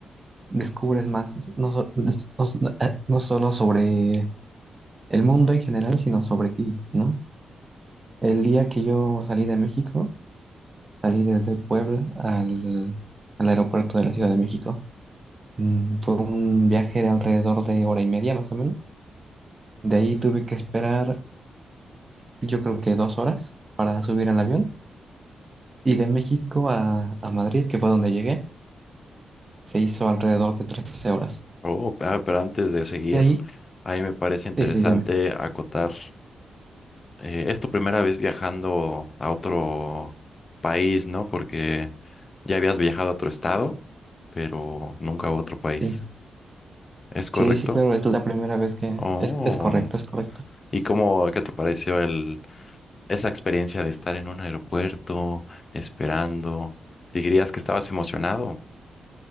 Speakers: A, on the right; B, on the left.
A: Descubres más, no, so- des- no- s- eh, no solo sobre el mundo en general, sino sobre ti, ¿no? El día que yo salí de México, salí desde Puebla al, al aeropuerto de la Ciudad de México. Mm, Fue un viaje de alrededor de hora y media, más o menos. De ahí tuve que esperar, yo creo que dos horas para subir al avión. Y de México a, a Madrid, que fue donde llegué. Se hizo alrededor de 13 horas.
B: Oh, ah, pero antes de seguir,
A: De ahí,
B: ahí me parece interesante
A: sí, sí, dime.
B: acotar. eh, es tu primera vez viajando a otro país, ¿no? Porque ya habías viajado a otro estado, pero nunca a otro país.
A: Sí,
B: ¿Es correcto?
A: sí, sí, claro, es la primera vez que...
B: Oh.
A: Es, es correcto, es correcto.
B: ¿Y cómo, qué te pareció el esa experiencia de estar en un aeropuerto esperando. ¿Dirías que estabas emocionado?